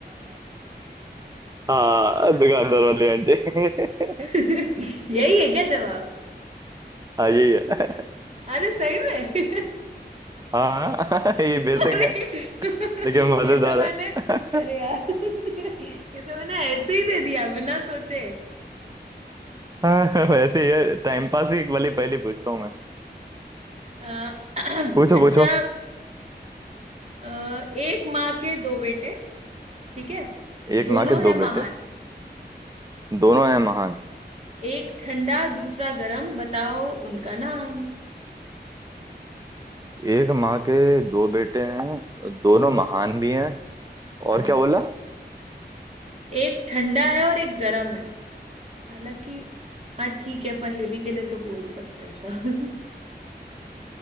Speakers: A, on the right; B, on the right.
A: हाँ दुकानदार वाली आंटी <laughs>
B: यही है क्या जवाब
A: हाँ यही है
B: अरे सही में <laughs>
A: हाँ <laughs> ये बेसिक
B: अरे
A: है लेकिन मजेदार
B: ये तो मैंने
A: है
B: अरे
A: <laughs>
B: यार <laughs> ये तो मैंने ऐसे ही दे दिया बिना सोचे
A: हाँ, वैसे ही है टाइम पास ही वाली पहली पूछता हूँ मैं
B: अ, <clears throat>
A: पूछो
B: अच्छा
A: पूछो
B: अ, एक माँ के दो बेटे ठीक है
A: एक
B: दोनों
A: माँ के
B: है
A: दो
B: महान
A: बेटे दोनों हैं महान
B: एक ठंडा दूसरा गरम बताओ उनका नाम
A: एक माँ के दो बेटे हैं दोनों महान भी हैं और
B: हाँ
A: क्या बोला
B: एक ठंडा है और एक गरम है हालांकि हाँ ठीक है पहेली के लिए तो बोल सकते हैं सब